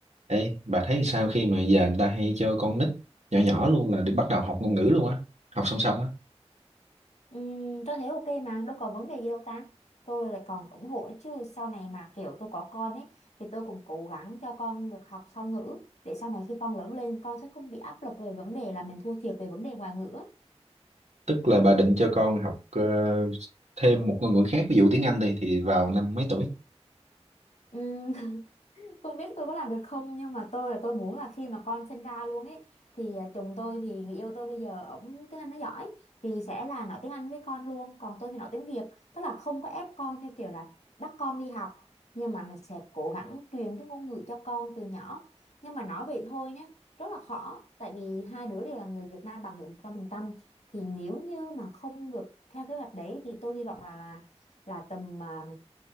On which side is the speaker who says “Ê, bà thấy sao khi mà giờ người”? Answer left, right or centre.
Right